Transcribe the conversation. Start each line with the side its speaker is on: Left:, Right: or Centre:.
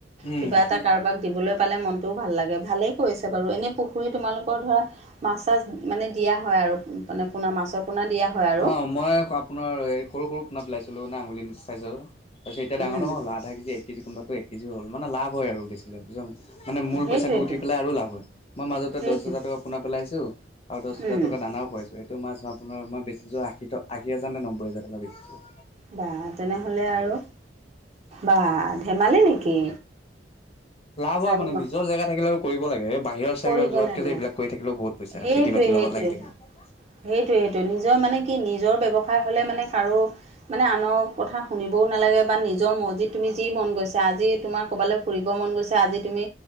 Left: উম।
Right: কিবা এটা কাৰোবাক দিবলৈ পালে মনটোও ভাল লাগে, ভালেই কৰিছে বাৰু এনেই পুখুৰী তোমালোকৰ ধৰা মাছ - চাছ মানে দিয়া হয় আৰু মানে পোনা মাছৰ আপোনাৰ দিয়া হয় আৰু
Left: অ মই আপোনাৰ এই সৰু সৰু পোনা পেলাইছিলো না আঙুলি চাইজৰ। তাৰপিছত এতিয়া ডাঙৰ
Right: উম,
Left: ডাঙৰ হল আধা কেজি এক কেজি কোনোবটো এক কেজি হল মানে লাভ আৰু বেছিলে বুজন। মানে মোৰ
Right: সেইটোৱেইটো
Left: পইচাটো উঠি পেলাই আৰু লাভ হয় মই মাজতে
Right: সেইটোৱে
Left: দহ হোজাৰ টকা পোনা পেলাইছোঁ। আৰু দহ হাজাৰ
Right: উম,
Left: টকা দানাও খোৱাইছো। সেই টো মাছ আপোনাৰ মই বেছিছো আশী আশী হাজাৰ নে নবৈ হাজাৰ টকাৰ বেছিছোঁ।
Right: বা তেনেহলে আৰু বা ধেমালি নেকি।
Left: লাভ
Right: চাৰি
Left: হয় মানে
Right: মাহ
Left: নিজৰ জেগা থাকিলে আৰু কৰিব লাগে এই বাহিৰৰ চাহিৰত
Right: কৰিব
Left: যোৱাতকে
Right: লাগে
Left: যে এইবিলাক কৰি থাকিলেও বহুত, পইচা
Right: সেইটোৱে
Left: খেতি বাতিৰ
Right: সেইটোৱে
Left: লগত লাগি থাকিব।
Right: সেইটোৱে সেইটোৱে নিজৰ মানে কি নিজৰ ব্যৱসায় হ'লে মানে কাৰো। মানে আনৰ কথা শুনিবও নালাগে বা নিজৰ মৰ্জিত যি তুমি যি মন গৈছা আজি তোমাৰ ক'ৰবালে ফুৰিব মন গৈছে আজি তুমি